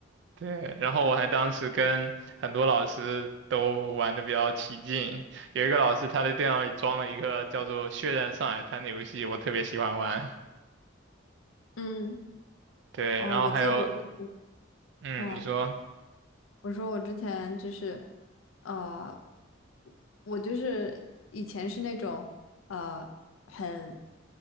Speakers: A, on the right; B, on the left.
A: 对，然后我还当时跟很多老师都玩的比较起劲，有一个老师他的电脑里装了一个叫做《血战上海滩》的游戏，我特别喜欢玩。
B: 嗯，
A: 对，
B: 哦，
A: 然后还有，
B: 我记得我之前，
A: 嗯，
B: 嗯，
A: 你说。
B: 我说我之前就是，呃，我就是以前是那种呃很